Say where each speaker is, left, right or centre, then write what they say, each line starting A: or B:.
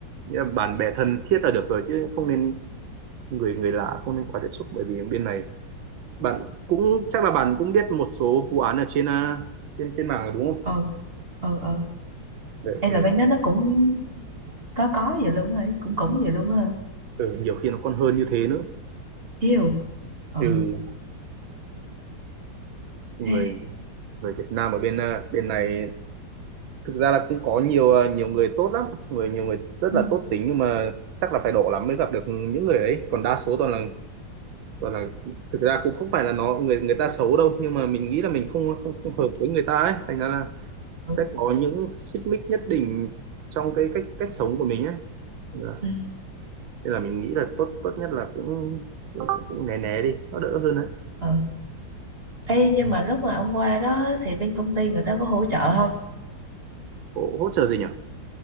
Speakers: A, on the right (about 90°); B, on the right (about 30°).
A: nghĩa là bạn bè thân thiết là được rồi chứ không nên người người lạ không nên quá tiếp xúc bởi vì bên này bạn cũng chắc là bạn cũng biết một số vụ án ở trên à, trên trên mạng rồi đúng không
B: ừ ừ ừ
A: Đấy,
B: Ê
A: người
B: là bên
A: Việt-
B: đó nó cũng có có vậy luôn rồi cũng cũng vậy luôn á hả?
A: ừ, nhiều khi nó còn hơn như thế nữa
B: Yêu. ờ
A: ừ người
B: ừ,
A: người Việt Nam ở bên à, bên này thực ra là cũng có nhiều à, nhiều người tốt lắm người nhiều người rất
B: ừ,
A: là tốt tính nhưng mà chắc là phải độ lắm mới gặp được những người ấy còn đa số toàn là toàn là thực ra cũng không phải là nó người người ta xấu đâu nhưng mà mình nghĩ là mình không không, không hợp với người ta ấy thành ra là
B: ừ,
A: sẽ có những xích mích nhất định trong cái cách cách sống của mình ấy nên là,
B: ừ.
A: nên là mình nghĩ là tốt tốt nhất là cũng cũng, cũng né né đi nó đỡ hơn đấy
B: Ừ. Ê, nhưng mà lúc mà ông qua đó thì bên công ty người ta có hỗ trợ không
A: hỗ, hỗ trợ gì nhỉ